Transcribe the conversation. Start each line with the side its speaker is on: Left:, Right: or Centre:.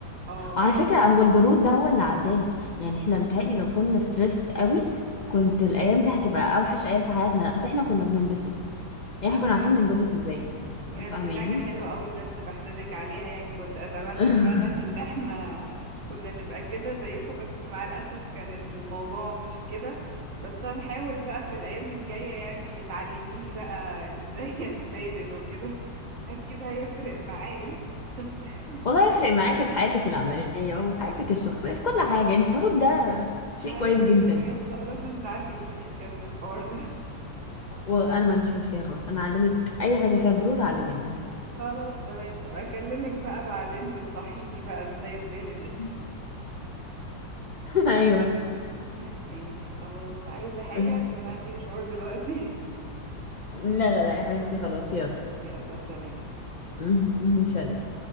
Right: اه
Left: على فكرة هو البرود ده هو اللي عدانا يعني احنا متهيألي لو كنا ستريسد قوي
Right: امم
Left: كنت الأيام دي هتبقى أوحش أيام في حياتنا لا بس احنا كنا بننبسط يعني
Right: عدت
Left: احنا كنا عارفين ننبسط ازاي
Right: بجد
Left: فاهماني
Right: دي حاجة حلوة قوي بجد بحسدك عليها يعني كنت أتمنى
Left: <laughs>
Right: فعلا إن احنا كنا نبقى كده زيكم بس مع الأسف كانت الموضوع مش كده بس هنحاول بقى في الأيام الجاية يعني تعلميني بقى <laughs> إزاي أتبارد وكده أكيد هيفرق معايا <laughs>
Left: والله يفرق معاكي في حياتك العملية وفي حياتك الشخصية في كل حاجة يعني البرود ده شيء
Right: هيفرق
Left: كويس جدا
Right: بجد لا لازم تعلميني بجد الحوار ده <laughs>
Left: وانا ما عنديش مشكلة خلاص انا اعلمك اي حاجة فيها برود اعلمك
Right: خلاص تمام هبقى اكلمك بقى بعدين تنصحيني بقى ازاي اتبرد
Left: <laughs> ايوه
Right: <laughs> ماشي خلاص عايزة حاجة
Left: <laughs>
Right: عشان عندي مشوار دلوقتي
Left: لا لا لا يا حبيبتي خلاص يلا
Right: <laughs> يلا سلام
Left: <laughs> سلام